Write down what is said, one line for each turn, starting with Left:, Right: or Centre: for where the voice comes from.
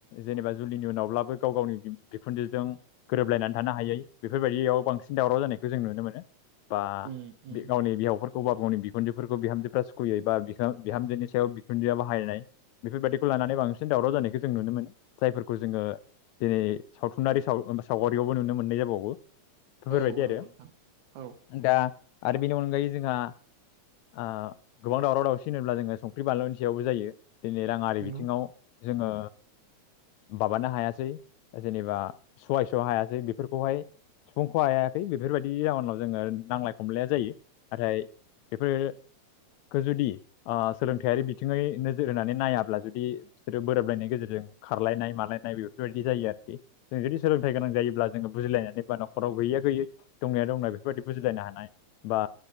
Left: जेनेबा जुलिनि उनावब्लाबो गाव गावनि बिखुनजोजों गोरोबलायनानै थानो हायै बेफोरबायदियाव बांसिन दावराव जानायखौ जों नुनो मोनो बा
Right: उम उम
Left: गावनि बिहावफोर गावबा गावनि बिखुनजोफोरखौ बिहामजोफ्रा सुखुयै बा बि बिहामजोनि सायाव बिखुनजोआ बाहायनाय बेफोरबायदिखौ लानानै बांसिन दावराव जानायखौ जों नुनो मोनो जायफोरखौ जोंङो दिनै सावथुनारि साव सावगारियावबो नुनो मोननाय जाबावो। बेफोरबायदि
Right: औ नंगौ
Left: आरो
Right: नोंथां औ
Left: दा आरो बेनि अनगायै जोंहा ओ गोबां दावराव दावसि होनोब्ला जोंङो संख्रि बानलुनि सायावबो जायो। दिनै रांङारि
Right: नंगौ
Left: बिथिङाव जोंङो माबानो हायासै। जेनेबा सहायस' हायासै बेफोरखौहाय सिफुंखौ हायाखै बेफोरबायदि जाउनाव जोंङो नांलाय खमलाया जायो नाथाय बेफोर। खो जुदि सोलोंथाइयारि बिथिङै नोजोर होनानै नायाब्ला जुदि बिसोरो बोरोबलायनायनि गेजेरजों खारलायनाय मालायनाय बेफोरबायदि जायो आरोखि जों जुदि सोलोंथाइ
Right: उम
Left: गोनां जायोब्ला जोङो बुजिलायनाय। जेबा न'खराव गैयै गैयै दंनाया दंनाय बेफोरबायदि बुजिलायनो हानाय बा